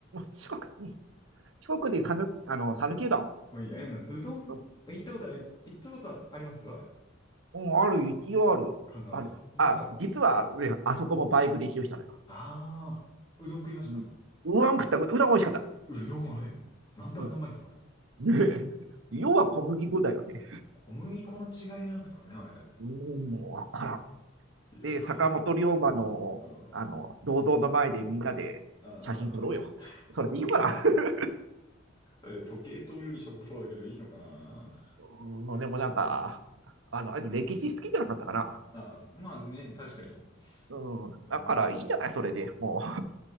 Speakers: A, on the right; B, on the left.
A: 四国、四国で讃、あの、讃岐うどん。
B: た。もういいや、なんかうどん、
A: うん、
B: 行ったことあり、行ったことはありますあれ。
A: うん、ある、一応ある。
B: 神奈川。
A: あの、
B: なんか、
A: あ、実は、あそこもバイクで一周したのよ。
B: ああ、うどん食いました
A: うん。うどん食った、うどん美味しかった。
B: うどんあれ、なんであんなうまいんですかね。
A: う <laughs> で、要は小麦粉だよね。
B: 小麦粉の違いなんですかね、あれ。
A: うーん、もうわからん。
B: いや、
A: で、
B: か。
A: 坂本龍馬の、
B: うん。
A: あの、銅像の前でみんなで写真撮ろうよ。
B: ああ、
A: それでいいかな。<laughs>
B: あれ、時計塔よりしょぼそうだけどいいのかな。
A: うん、でもなんか、あの、あと歴史好きじゃなかったかな。
B: ああ、まあね、確かに。
A: うん、
B: あ
A: だからいいんじゃないそれで。も